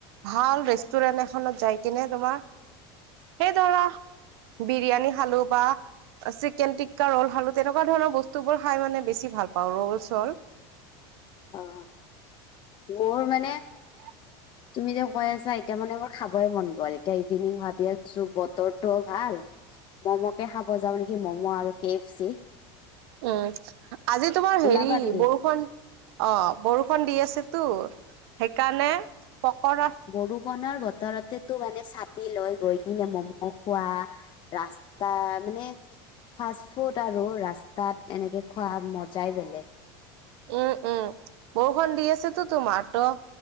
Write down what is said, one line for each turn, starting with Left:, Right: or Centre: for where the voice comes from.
Right: ভাল ৰেষ্টুৰেণ্ট এখনত যাই কিনে তোমাৰ সেই ধৰা বিৰিয়ানী খালো বা চিকেন টিক্কা ৰল খালো তেনেকুৱা ধৰণৰ বস্তু বোৰ খাই মানে বেছি ভাল পাওঁ ৰ'ল-চল
Left: অ মোৰ মানে
Right: <unintelligible>
Left: তুমি যে কৈ আছা এতিয়া মানে মোৰ খাবই মন গল এতিয়া ইভিনিং ভাবি আছো বতৰটোঅ ভাল।
Right: <inaudible>
Left: ম'ম'কে খাব যাওঁ নেকি ম'ম' আৰু কে এফ চি।
Right: উম, আজি তোমাৰ হেৰি
Left: ওলাবা নেকি
Right: বৰষূণ অ', বৰষুণ দি আছেতো সেইকাণে পকৰা
Left: বৰুষুণৰ বতৰতেতো মানে ছাতি লৈ গৈ কিনে ম'ম খোৱা। ৰাস্তা মানে ফাষ্ট ফুড আৰু ৰাস্তাত এনেকে খোৱা মজাই বেলেগ।
Right: উম, উম, বৰষূণ দি আছেতো তোমাৰ ট